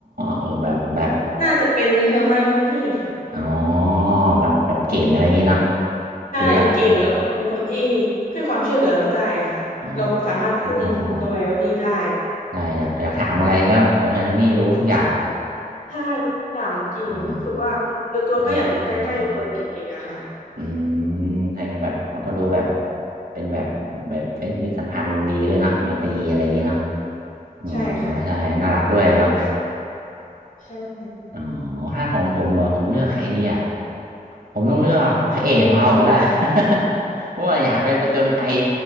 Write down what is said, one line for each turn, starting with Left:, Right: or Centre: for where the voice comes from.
Right: เออแบบแบบ
Left: <laughs> น่าจะเป็นเฮอร์ไมโอนี่ค่ะ
Right: อ๋อแบบแบบเก่งอะไรอย่างงี้เนาะ
Left: ใช่เก่งแล้วก็เป็นคนที่
Right: ดูแบบเออ
Left: ให้ความช่วยเหลือเราได้อะค่ะเราสามารถพึ่งเฮอร์ไมโอนี่ได้
Right: อ๋ออ๋ออ๋ออ๋อได้อยากอยากถามอะไรก็เออไพโอนี่รู้ทุกอย่าง
Left: ใช่อย่างเก่งรู้สึกว่าส่วนตัวก็อยากอยู่ใกล้ๆคนเก่งๆอะค่ะ
Right: <laughs> อ๋ออ๋ออ๋อ อืมไทยก็แบบเขาก็ดูแบบเป็นแบบแบบเป็นมิตรสัมพันธ์ดีด้วยเนาะไมตรีอะไรอย่างงี้เนาะอ๋อ
Left: ใช่ค่ะความช่วยเหลือ
Right: ใช่น่ารักด้วยเนาะ
Left: ใช่
Right: อ๋อถ้าของผมเหรอผมเลือกใครดีอ่ะผมต้องเลือกพระเอกของเราอยู่แล้ว <laughs> เพราะว่าอยากไปผจญภัย